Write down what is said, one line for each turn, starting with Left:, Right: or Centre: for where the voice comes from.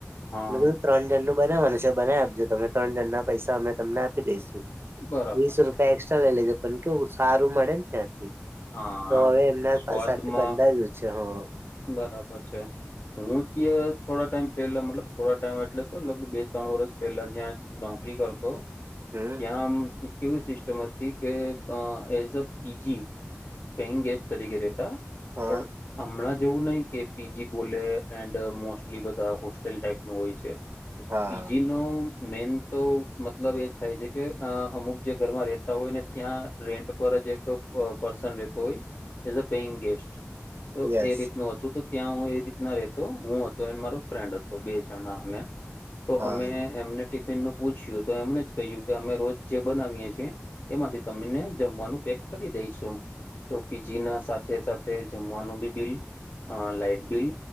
Left: હા
Right: મેં કીધું ત્રણ જણનું બનાવાનું છે બનાવી આપજો તમે ત્રણ જણના પૈસા અમે તમને આપી દઈશું.
Left: બરાબર
Right: વીસ
Left: છે
Right: રૂપિયા એક્સ્ટ્રા લઈ લેજો પણ કેવુ સારું મળેન ત્યાંથી
Left: હા
Right: તો
Left: હા
Right: હવે એમના
Left: સ્વાદમાં
Right: <unintelligible>
Left: બરાબર છે. હું ત્ય થોડા ટાઈમ પેલા મતલબ થોડા ટાઈમ એટલે તો લગભગ બે ત્રણ વર્ષ પહેલા જ્યાં નોકરી કરતો
Right: હમ્મ,
Left: ત્યાં આમ કેવી સિસ્ટમ હતી કે એઝ અ પીજી મેઈન ગેસ્ટ તરીકે રેતા
Right: હા
Left: પણ હમણાં જેવું નહીં કે પીજી બોલે એન્ડ મોસ્ટલી બધા હોસ્ટેલ ટાઈપનું હોય છે.
Right: હા
Left: પીજીનો મેન તો મતલબ એજ થાય છે કે અ અમુક જે ઘરમાં રહેતા હોય ને ત્યાં રેન્ટ પર જ એક પર્સન રહેતો હોય એઝ અ પેઈંગ ગેસ્ટ તો
Right: યસ
Left: એ રીતનું હતું તો ત્યાં હું એ રીતના રહેતો હું હતો એને મારો ફ્રેન્ડ હતો બે જણા અમે તો
Right: હા
Left: અમે એમને ટિફિનનું પૂછ્યું તો એમણે જ કહ્યું કે અમે રોજ જે બનાવીએ છીએ, એમાંથી તમને જમવાનું પેક કરી દઈશું. તો પીજીના સાથે સાથે જમવાનું બી લ, અ લાઈટ બિલ